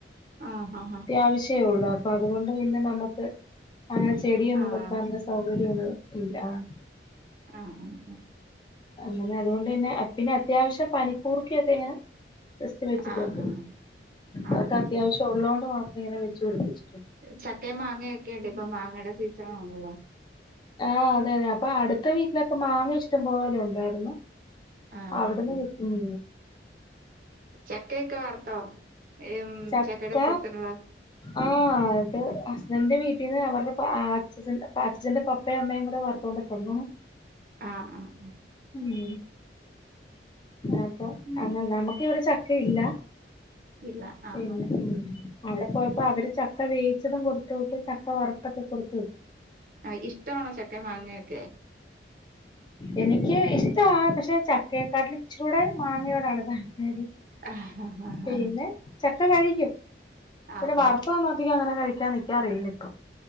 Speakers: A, on the right; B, on the left.
A: ആഹ് ഹാ ഹാ
B: അത്യാവശ്യേള്ളൂ അപ്പോ അതുകൊണ്ട് പിന്നെ നമുക്ക് അങ്ങനെ ചെടിയൊന്നും
A: ആഹ്
B: വെക്കാനുള്ള സൗകര്യന്നും ഇല്ല ആഹ്
A: ആഹ് ആ അ
B: അങ്ങനെ അതുകൊണ്ട് പിന്നെ പിന്നെ അത്യാവശ്യം പനിക്കൂർക്കയൊക്കെ ഇങ്ങനെ ജെസ്റ്റ് വെച്ചിട്ടുണ്ട്
A: ആഹ് ആഹ്
B: അഹക്കെ
A: ആഹ്
B: അത്യാവശ്യമുള്ളോണ്ട് മാത്രം ഇങ്ങനെ വെച്ചു പിടിപ്പിച്ചിട്ടുണ്ട്.
A: ചക്കയും മാങ്ങയൊക്കെയുണ്ട് ഇപ്പൊ മാങ്ങയുടെ സീസണുമാണല്ലോ.
B: ആഹ് അതെയതെ അപ്പൊ അടുത്ത വീട്ടിലൊക്കെ മാങ്ങ ഇഷ്ടം പോലെ ഉണ്ടായിരുന്നു.
A: ആഹ്
B: അവിടുന്ന് കി ഉം
A: ചക്കയൊക്കെ വറുത്തോ? ഏം
B: ചക്ക
A: ചക്കയുടെ സീസണിൽ
B: ആഹ് അത് ഹസ്ബന്റെ വീട്ടിന്ന് അവരുടെ ആച്ച് അപ്പോ അച്ചന്റെ പ അപ്പയും അമ്മയും കൂടെ വർത്തുകൊണ്ട് തന്നു
A: ആഹ് ആഹ്
B: മ് ഇതായപ്പോ
A: ആഹ്
B: അങ്ങനെ നമ്മുക്ക് ഇവിടെ ചക്കയില്ല
A: ഇല്ല ആഹ്
B: പിന്നെ
A: ആഹ് ആഹ്
B: ഉം അവിടെ പോയപ്പോ അവര് ചക്ക വേവിച്ചതും കൊടുത്തു വിട്ടു ചക്ക വറുത്തതും കൊടുത്തു വിട്ടു.
A: ആഹ് ഇഷ്ടമാണോ ചക്കയും മാങ്ങയൊക്കെ?
B: എനിക്ക് ഇഷ്ടാണ് പക്ഷെ ചക്കയെക്കാട്ടിലും ഇച്ചരികൂടെ മാങ്ങയോടാണ് താൽപ്പര്യം.
A: ആഹ് ആഹ്
B: പിന്നെ ചക്ക കഴിക്കും
A: ആഹ്
B: പിന്നെ
A: ആഹ്
B: വറുത്തതൊന്നും അധികം അങ്ങനെ കഴിക്കാൻ നി നിക്കാറില്ലിപ്പോ